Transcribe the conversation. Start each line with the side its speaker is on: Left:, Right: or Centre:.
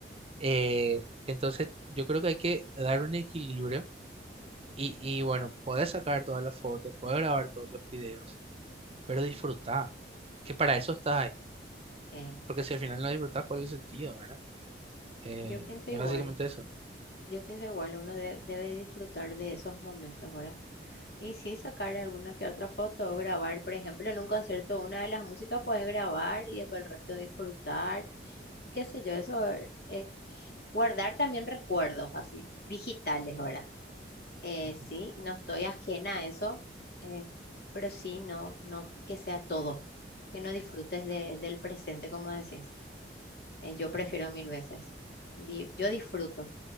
Right: Eh, entonces, yo creo que hay que dar un equilibrio y, y bueno, podés sacar todas las fotos, podés grabar todos los videos, pero disfrutá, que para eso estás ahí.
Left: eh.
Right: Porque si al final no disfrutás, ¿cuál es el sentido, verdad? Eh,
Left: Yo pienso
Right: es
Left: igual,
Right: básicamente eso.
Left: yo pienso igual, uno de- debe disfrutar de esos momentos, ¿verdad? Y sí, sacar alguna que otra foto o grabar, por ejemplo, en un concierto, una de las músicas puedes grabar y después el resto disfrutar, y qué sé yo, eso, eh, guardar también recuerdos así, digitales, ¿verdad? Eh,
Right: Ujú,
Left: sí, no estoy ajena a eso, eh, pero sí, no, no que sea todo, que no disfrutes de- del presente, como decís. Eh, yo prefiero mil veces. Di- yo disfruto.